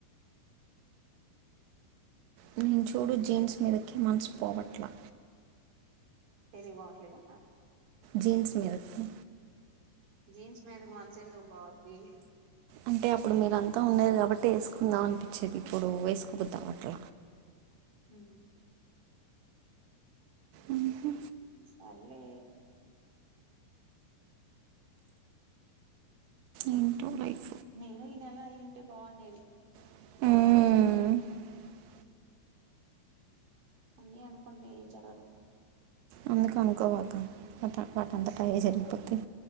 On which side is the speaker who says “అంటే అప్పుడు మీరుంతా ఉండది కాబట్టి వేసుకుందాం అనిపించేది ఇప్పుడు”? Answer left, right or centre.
Right